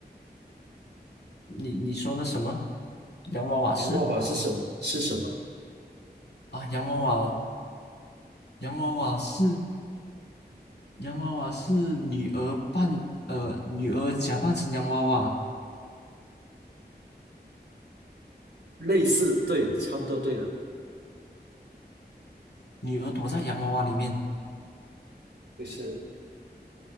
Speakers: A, on the left; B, on the right.
A: 你你说的什么？洋娃娃是
B: 洋娃娃是什么？是什么？
A: 啊，洋娃娃，洋娃娃是洋娃娃是女儿扮呃女儿假扮成洋娃娃，
B: 类似，对，差不多对了，
A: 女儿躲在洋娃娃里面。
B: 就是。